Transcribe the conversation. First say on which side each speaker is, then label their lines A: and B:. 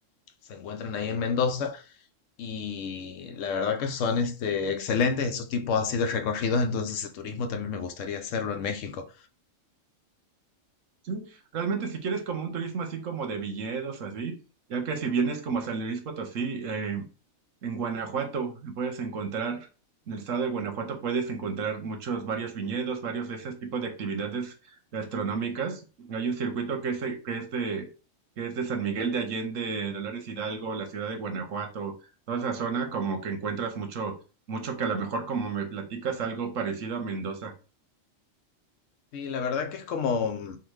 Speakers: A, on the left; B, on the right.
A: se encuentran ahí en Mendoza y la verdad que son este, excelentes esos tipos así de recorridos, entonces el turismo también me gustaría hacerlo en México.
B: Sí, realmente si quieres como un turismo así como de viñedos o así, ya que si vienes como a San Luis Potosí, eh, en Guanajuato puedes encontrar, en el estado de Guanajuato puedes encontrar muchos, varios viñedos, varios de ese tipo de actividades gastronómicas. Hay un circuito que es, de- que es de, que es de San Miguel de Allende, Dolores Hidalgo, la ciudad de Guanajuato, toda esa zona como que encuentras mucho, mucho que a lo mejor como me platicas algo parecido a Mendoza.
A: Sí, la verdad que es como, mm,